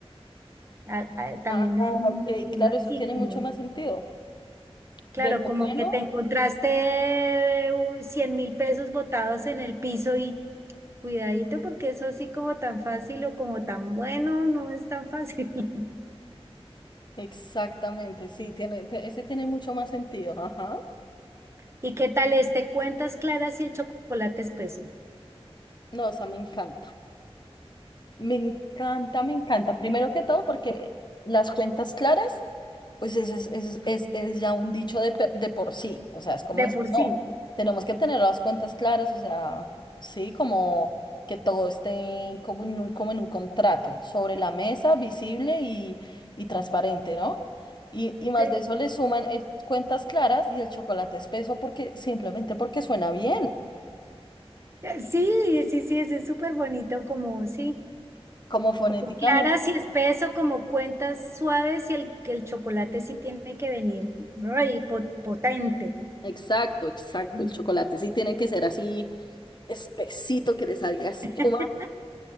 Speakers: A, on the right; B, on the left.
A: A- a- también
B: Ah,
A: lo entiendo
B: ok, claro, eso
A: así,
B: tiene
A: como,
B: mucho más sentido.
A: claro,
B: De lo
A: como
B: bueno,
A: que te encontraste cien mil pesos botados en el piso y... Cuidadito porque eso así como tan fácil o como tan bueno no es tan fácil. <laughs>
B: exactamente, sí, tiene, te- ese tiene mucho más sentido, ajá.
A: ¿Y qué tal este? Cuentas claras y el chocolate espeso.
B: No, esa me encanta, me encanta, me encanta. Primero que todo, porque las cuentas claras Pues ese es, es, es, es ya un dicho de, per- de por sí, o sea, es como
A: De
B: decir,
A: por
B: no,
A: sí.
B: tenemos que tener las cuentas claras, o sea, sí, como que todo esté como en un, como en un contrato, sobre la mesa, visible y, y transparente, ¿no? Y, y más
A: Sí,
B: de eso le suman el- cuentas claras y el chocolate espeso porque simplemente porque suena bien,
A: Eh, sí, sí, sí, ese es súper bonito como, sí,
B: como fonéticamente.
A: como claras y espeso, como cuentas suaves y el, que el chocolate sí tiene que venir, ay, po- potente.
B: Exacto, exacto,
A: Mm.
B: el chocolate sí tiene que ser así espesito, que le salga espuma.
A: <laughs>